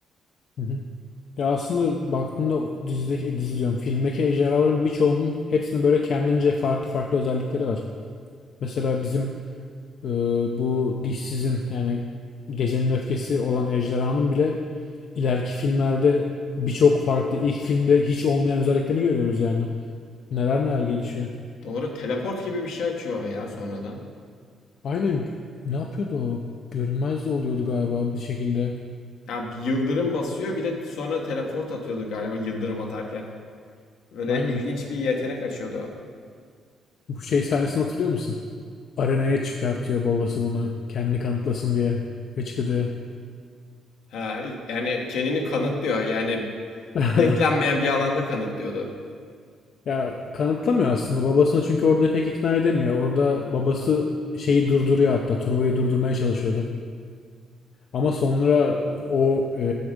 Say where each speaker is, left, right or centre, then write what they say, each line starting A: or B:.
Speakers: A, on the left; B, on the left.
A: hı. hı. Ya aslında baktığında o dizideki e, dizi diyorum filmdeki ejderhaların birçoğunun hepsinin böyle kendince farklı farklı özellikleri var. Mesela bizim e, bu dişsizin yani gecenin öfkesi olan ejderhanın bile ileriki filmlerde birçok farklı ilk filmde hiç olmayan özelliklerini görüyoruz yani. Neler neler gelişiyor.
B: Doğru teleport gibi bir şey açıyor ya sonradan.
A: Aynen ne yapıyordu o? Görünmez de oluyordu galiba bir şekilde.
B: Ya bir yıldırım basıyor bir de sonra teleport atıyordu galiba yıldırım atarken. Böyle
A: Aynen.
B: ilginç bir yetenek açıyordu
A: Bu şey sahnesini hatırlıyor musun? Arenaya çıkartıyor babası bunu. Kendini kanıtlasın diye. Ve çıkıyor.
B: Ha, yani kendini kanıtlıyor. Yani
A: <laughs>
B: beklenmeyen bir alanda kanıtlıyordu.
A: Ya kanıtlamıyor aslında babasını çünkü orada pek ikna edemiyor. Orada babası şeyi durduruyor hatta turnuvayı durdurmaya çalışıyordu. Ama sonra o e,